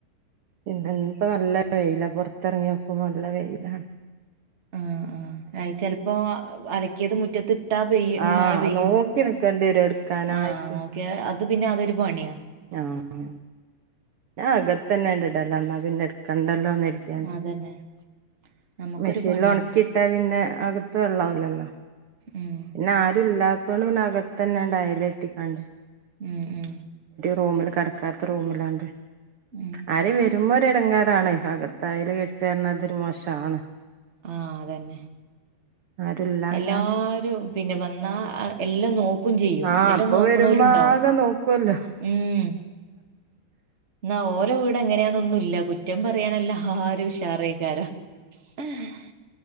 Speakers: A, on the right; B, on the right.
A: ഇണ്ട് ഇപ്പൊ നല്ല വെയിൽ പുറത്ത് ഇറങ്ങിയപ്പോ നല്ല വെയില
B: ആ ആ ചെലപ്പോ അലക്കിയത് മുറ്റത്ത് ഇട്ട പെയ്യും
A: ആഹ്
B: മഴാ പെയ്യും
A: നോക്കി നിക്കേണ്ടി വരും എടുക്കാനായിട്ട്
B: ആ ഒകെ അത്‌ പിന്നെ ഒരു പണിയ
A: ആ ആ ഞാൻ അകത്തു തന്നെ ഇടൽ അന്നാ പിന്നെ എടുക്കണ്ട എടുക്കണ്ടല്ലോ കരുതിയാണ്ട്
B: അതന്നെ നമുക്കൊരു
A: മിഷനിൽ
B: പണിയാണ്
A: ഒണാക്കി ഇട്ടാൽ പിന്നെ അകത്തു വെള്ളം ആവില്ലല്ലോ
B: ഉം
A: എന്നാ ആരും ഇല്ലാത്ത ഇല്ലാത്തോണ്ട് അകത്തു തന്നെ ആയ കേട്ടിക്കാണ്ട്
B: മ്മ് മ്മ്
A: റൂമിൽ കിടക്കാത്ത റൂമിലാണ്ട്
B: ഉം
A: ആരെയും വരുമ്പോ എടങ്ങേറാണ് അകത്തു അയയിൽ കേട്ട പറഞ്ഞാൽ അത്‌ ഒരു മോശമാണ്
B: ആ അതന്നെ
A: ആരുല്ലാഞ്ഞാൽ
B: എല്ലാരും പിന്നെ വന്ന എല്ലാം നോക്കും നോക്കും ചെയ്യും
A: ആഹ്
B: എല്ലാം
A: അപ്പൊ
B: നോക്കുന്നവരും
A: വരുമ്പോ
B: ഇണ്ടാവും
A: ആകെ നോക്കുവല്ലോ
B: മ്മ് എന്നാ ഓരെ വീട്ടിൽ അങ്ങനെയൊന്നുമില്ല കുറ്റം പറയാൻ അല്ലേ ഉഷാറായി <unintelligible>